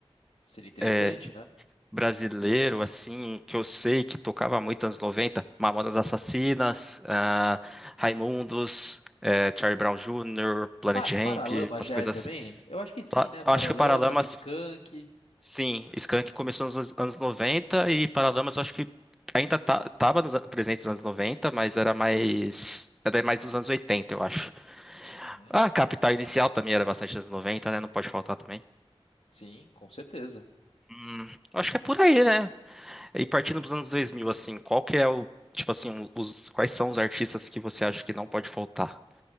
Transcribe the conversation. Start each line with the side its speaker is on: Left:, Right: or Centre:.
Left: seria interessante,
Centre: É,
Left: né?
Centre: brasileiro, assim, que eu sei que tocava muito nos anos 90, Mamonas Assassinas, ah, Raimundos, é, Charlie Brown Jr., Planet
Left: Pa
Centre: Hemp,
Left: Paralamas
Centre: umas
Left: já
Centre: coisas
Left: é também?
Centre: assim.
Left: Eu acho que sim,
Centre: Pla-
Left: né?
Centre: Acho
Left: Paralamas,
Centre: que o Paralamas
Left: Skank.
Centre: Sim, Skank começou nos anos anos 90 e Paralamas eu acho que ainda tá, tava nos, an- presente nos anos 90, mas era mais. Era mais dos anos 80, eu acho.
Left: Uhum.
Centre: Ah, Capital Inicial também era bastante anos 90, né? Não pode faltar também.
Left: Sim, com certeza.
Centre: Hum, acho que é por aí, né? E partindo dos anos 2000, assim, qual que é o. Tipo assim, os, quais são os artistas que você acha que não pode faltar?